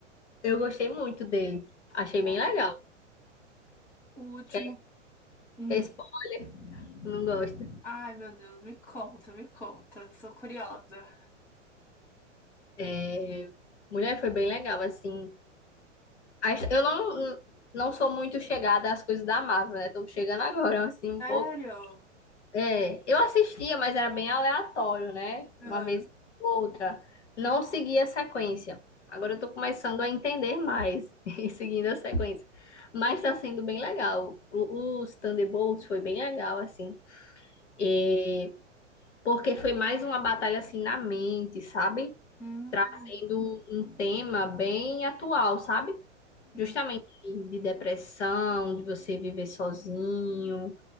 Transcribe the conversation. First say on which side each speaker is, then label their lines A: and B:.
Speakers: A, on the left; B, in the centre.
A: Eu gostei muito dele. Achei
B: né?
A: bem legal.
B: O último.
A: Que
B: Hum.
A: é esse ponto que eu não gosto.
B: Ai, meu Deus, me conta, me conta. Sou curiosa.
A: É, Mulher foi bem legal, assim. A his- Eu não, não sou muito chegada às coisas da Marvel, né? Tô chegando agora, assim, um
B: Sério?
A: pouco. É, eu assistia, mas era bem aleatório, né? Uma
B: Aham.
A: vez ou outra. Não seguia a sequência. Agora eu tô começando a entender mais <laughs> e seguindo a sequência. Mas tá sendo bem legal. O, os Thunderbolts foi bem legal, assim. É, porque foi mais uma batalha assim na mente, sabe?
B: Hum,
A: Trazendo um tema bem atual, sabe?
B: hum.
A: Justamente de depressão, de você viver sozinho